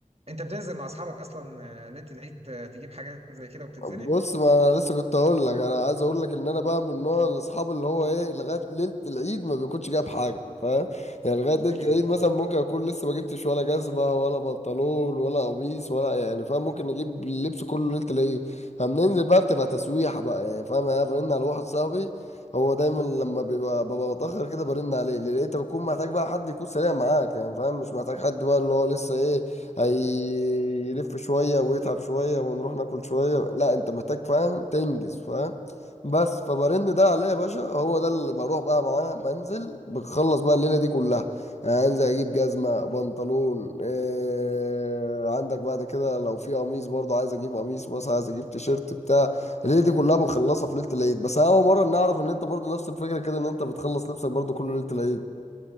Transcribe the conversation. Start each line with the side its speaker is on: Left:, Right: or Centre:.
Right: انت بتنزل مع اصحابك اصلا آه، ليله العيد آه، تجيب حاجات زي كده وبتتزنق
Left: بص ما انا لسه كنت اقول لك انا عايز اقول لك ان انا بقى من نوع الاصحاب اللي هو ايه لغايه ليله العيد ما بيكونش جايب حاجه فاهم يعني لغايه ليله
Right: ايوه
Left: العيد مثلا ممكن اكون لسه ما جبتش ولا جزمه ولا بنطلون ولا قميص ولا يعني فاهم ممكن اجيب اللبس كله ليله العيد فبننزل بقى بتبقى تسويحه بقى يعني فاهم يعني انا برن على واحد صاحبي هو دايما لما بيبقى ببقى متاخر كده برن عليه لان انت بتكون محتاج بقى حد يكون سريع معاك يعني فاهم مش محتاج حد بقى اللي هو لسه ايه هيلف شوية ويتعب شوية ونروح ناكل شوية لا انت محتاج فاهم تنجز فاهم بس فبرن ده عليا يا باشا هو ده اللي بروح بقى معاه بنزل بخلص بقى الليلة دي كلها يعني انزل اجيب جزمة بنطلون إيه عندك بعد كده لو في قميص برضه عايز اجيب قميص مثلا عايز اجيب تيشيرت بتاع الليلة دي كلها بنخلصها في ليلة العيد بس انا اول مرة نعرف ان انت برضه نفس الفكرة كده ان انت بتخلص لبسك برضه كل ليلة العيد